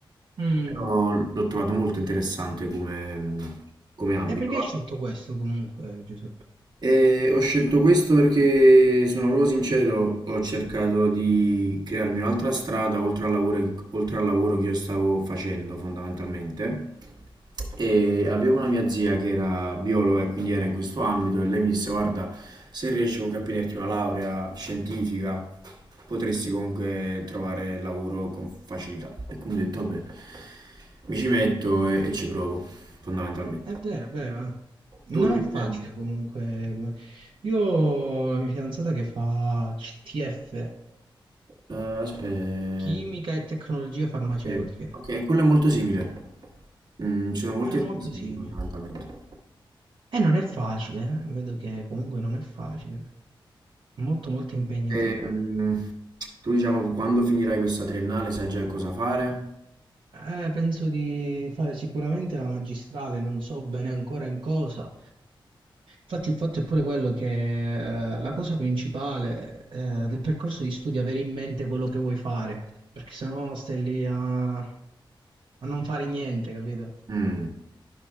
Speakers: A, on the right (about 70°); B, on the right (about 50°).
A: Mm.
B: Però l'ho trovato molto interessante come, come ambito.
A: E perché hai scelto questo comunque, Giuseppe?
B: E ho scelto questo perché sono proprio sincero, ho cercato di crearmi un'altra strada oltre al lavoro, oltre al lavoro che io stavo facendo fondamentalmente. E avevo una mia zia che era biologa e quindi era in questo ambito e lei mi disse: Guarda, se riesci comunque a prenderti una laurea scientifica, potresti comunque trovare lavoro con facilità. E quindi ho detto: Vabbè, mi ci metto e, e ci provo, fondamentalmente.
A: È vero, è vero, eh.
B: Tu
A: Non
B: invece,
A: è facile comunque. come- Io ho la mia fidanzata che fa CTF,
B: Eh, aspetta.
A: Chimica e Tecnologie Farmaceutiche.
B: Ok, ok, quello è molto simile. Mm, ci sono molti
A: È molto
B: esami simili
A: simile.
B: fondamentalmente.
A: E non è facile, eh. Vedo che comunque non è facile. È molto molto impegnativa.
B: Ehm, tu diciamo quando finirai questa triennale sai già cosa fare?
A: Eh, penso di fare sicuramente la magistrale, non so bene ancora in cosa. Infatti, il fatto è pure quello che eh, la cosa principale eh, del percorso di studio è avere in mente quello che vuoi fare, perché sennò stai lì a, a non fare niente, capito?
B: Mm,